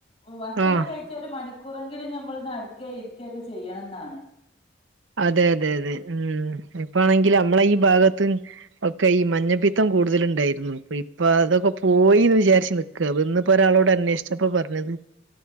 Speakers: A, on the left; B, on the right.
A: ഭക്ഷണം
B: ആഹ്
A: കഴ ച്ചൊരു ഒര്മണിക്കൂറെങ്കിലും നമ്മൾ നടക്കെ ഇരിക്കെകൊ ചെയ്യണംന്നാണ്
B: അതെ അതെ അതെ ഉം ഇപ്പാണെങ്കിൽ നമ്മളെ ഈ ഭാഗത്ത് ഒക്കെ ഈ മഞ്ഞപ്പിത്തം കൂടുതലുണ്ടായിരുന്നു അപ്പ ഇപ്പൊ അതൊക്കെ പോയിന്ന് വിചാരിച്ചു ക്ക ബന്ന് ഇപ്പോ ഒരാളോട് അന്വേഷിച്ചപ്പോ പറഞ്ഞത്